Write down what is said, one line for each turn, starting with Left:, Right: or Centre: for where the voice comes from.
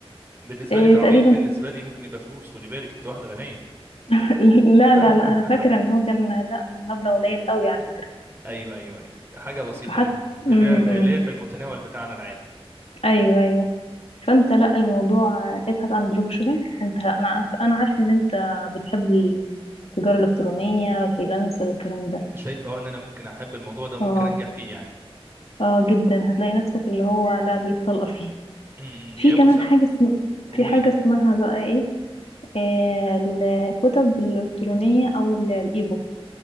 Right: بالنسبه
Left: آه،
Right: لك عبيط
Left: تقريبا
Right: بالنسبه لي ممكن يبقى فلوس خدي بالك انت واحده غنيه
Left: <laughs> لا
Right: <laughs>
Left: لا لا انا فاكره ان هو كان لا مبلغ قليل قوي على فكره
Right: ايوه ايوه ايوه حاجه بسيطه
Left: حتى
Right: يعني اللي
Left: امم
Right: هي في اللي هي في المتناول بتاعنا العادي
Left: ايوه ايوه فانت لا الموضوع آه، ابحث عن دروب شوبينج انت انا عارف- انا عارفه ان انت بتحب التجاره الالكترونيه والفريلانسر والكلام ده
Right: انت شايف اه ان انا ممكن احب الموضوع ده ممكن
Left: اه
Right: انجح فيه يعني
Left: اه جدا هتلاقي نفسك اللي هو لا بيتطلق فيه
Right: امم
Left: في
Right: يا
Left: كمان
Right: موسى
Left: حاجة اسم...
Right: قولي
Left: في حاجة اسمها بقى ايه آه الكتب الإلكترونية أو ال- الإيبوك